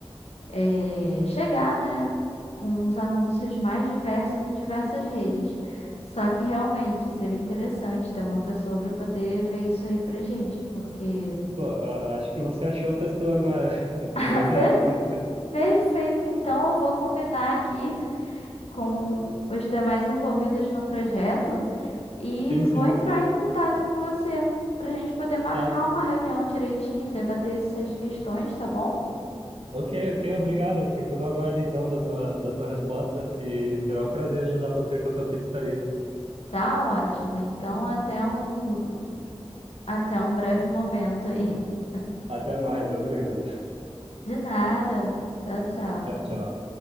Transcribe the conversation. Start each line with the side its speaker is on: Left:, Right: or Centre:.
Left: é, chegar, né, com os anúncios mais diversos em diversas redes. Só que realmente seria interessante ter uma pessoa para poder ver isso aí pra gente, porque
Right: Pô, a- acho que você achou a pessoa agora, <laughs> a pessoa
Left: <laughs>
Right: ideal.
Left: Fe-
Right: se-
Left: Perfeito, então eu vou combinar aqui com os demais envolvidos no projeto e
Right: Sim,
Left: vou
Right: sim.
Left: entrar em contato com você para a gente poder marcar
Right: Tá.
Left: uma reunião direitinho, debater essas questões, tá bom?
Right: Ok, ok, obrigado. Eu Fico no aguardo então da sua, da sua resposta e será um prazer ajudar você com a sua pizzaria.
Left: Tá ótimo. Então até um até um breve momento aí. <laughs>
Right: Até mais, obrigado.
Left: De nada. Tchau, tchau.
Right: <laughs> Tchau, tchau.